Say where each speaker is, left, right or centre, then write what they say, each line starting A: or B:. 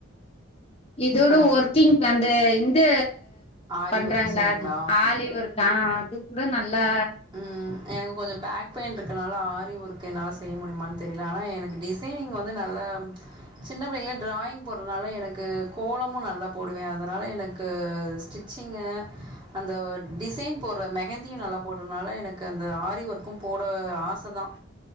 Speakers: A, on the left; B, on the right.
A: இதோட
B: ஹலோ
A: ஒர்க்கிங் வந்து இந்த
B: ஆரி
A: பண்றாங்ளா
B: ஒர்க்கு சொல்கிறீங்களா
A: ஆலி ஒர்க்கா அது கூட நல்லா
B: ம் எனக்கு கொஞ்ச பேக் பெயின் ருக்கறனால ஆரி ஒர்க்கு என்னால செய்ய முடியுமான்னு தெரில ஆனா எனக்கு டிஸ் சைனிங் வந்து நல்லா சின்ன பிள்ளைல டிராயிங் போறதுனால எனக்கு கோலமு நல்லா போடுவே அதனால எனக்கு ஸ்டி சிங்கு அந்த டிசைன் போட்ற மெகந் தியு நல்லா போட்றனால எனக்கு அந்த ஆரி ஒர்க்கும் போட ஆசை தா